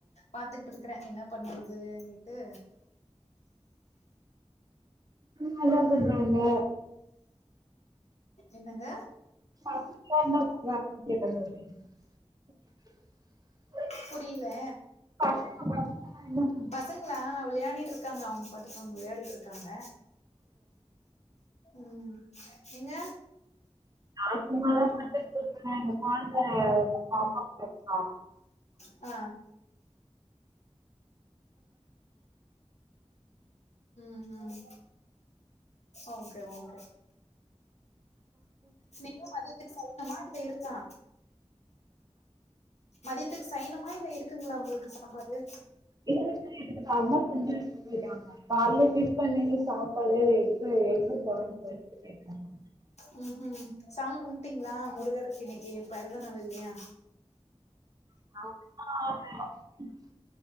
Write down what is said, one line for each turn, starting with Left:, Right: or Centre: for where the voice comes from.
Left: பாத்துக்கிட்டு இருக்கற என்ன பண்றதுன்னுட்டு
Right: நாலாது நாளே
Left: என்னங்க
Right: <inaudible>
Left: புரில
Right: <inaudible>
Left: பசங்களா விளையாடிட்டு இருக்காங்க அவங்க பாட்டுக்கு அவங்க விளையாடிட்டு இருக்காங்க ம் நீங்க
Right: நா சும்மாதா படுத்திட்டு இருக்க ஏ கொழந்த அப்பா கூட இருக்கா
Left: ஆ ம் ம் ஓகே ஓகே நீங்க மதியத்துக் செய்யணுமா இல்ல இருக்கா மதியத்துக்கு செய்யனுமா இல்ல இருக்குங்ளா உங்ளுக்கு சாப்பாடு
Right: இருக்கு இருக்குது அம்மா செஞ்சு வெச்சிட்டு போயிருக்காங்க கால்ல டிஃப்பனு சாப் சாப்பாடு எஃகு எஃகு கொழம்பு வெச்சிட்டு போய்டாங்க
Left: ம்ஹும் சாமி கும்பிட்டீங்ளா முருகருக்கு இன்னிக்கு பெறந்த நாள் இல்லியா
Right: <unintelligible>